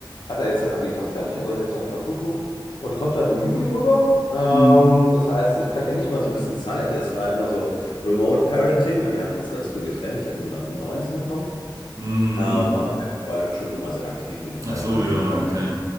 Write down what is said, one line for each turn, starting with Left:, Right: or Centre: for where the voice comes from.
Left: hat er jetzt sein Abi fast fertig, also hat jetzt noch ein paar Prüfungen und kommt dann im Juli rüber. Ähm,
Right: Mhm.
Left: das heißt, ich kann endlich mal so ein bisschen Zeit, also jetzt war immer so, Remote Parenting. Ne? Wir hatten uns ganz früh getrennt. Ich hatte ihn mit 19 bekommen.
Right: Mhm.
Left: Ähm, aber er war schon immer sehr aktiv ein Teil
Right: Ach so,
Left: von meinem
Right: ja,
Left: Leben. Ich war
Right: okay.
Left: in Berlin.